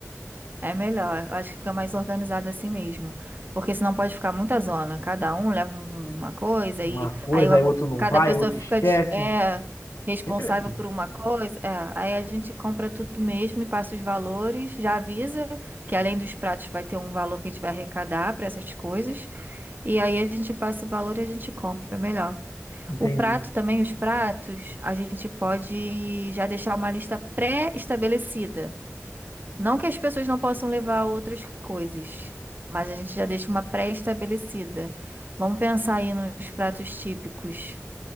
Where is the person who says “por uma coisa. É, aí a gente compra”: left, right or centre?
Right